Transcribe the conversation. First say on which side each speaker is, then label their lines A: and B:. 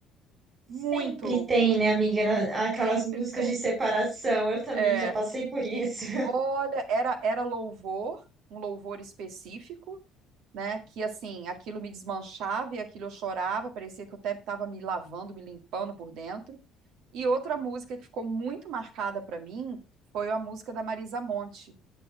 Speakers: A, on the right (about 70°); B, on the right (about 35°).
A: muito
B: Sempre
A: louvor.
B: tem, né, amiga, na- aquelas
A: Sempre
B: músicas
A: tem.
B: de separação. Eu também
A: É,
B: já passei por isso.
A: olha, era era louvor, um louvor específico, né, que assim, aquilo me desmanchava e aquilo eu chorava, parecia que eu até estava me lavando, me limpando por dentro. E outra música que ficou muito marcada para mim foi a música da Marisa Monte